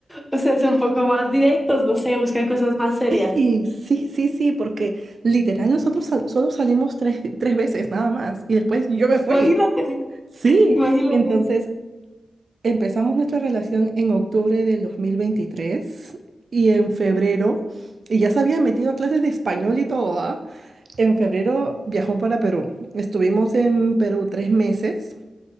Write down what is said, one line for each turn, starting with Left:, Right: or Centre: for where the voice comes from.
Centre: o sea, son un poco más directos, no sé, buscan cosas más serias.
Right: Sí, sí, sí, sí, porque literal nosotros sal- solo salimos tres, tres veces nada más y después yo me fui.
Centre: Imagínate,
Right: Sí,
Centre: imagínate.
Right: entonces empezamos nuestra relación en octubre del 2023 y en febrero, y ya se había metido a clases de español y todo, ¿ah? En febrero viajó para Perú. Estuvimos en Perú tres meses.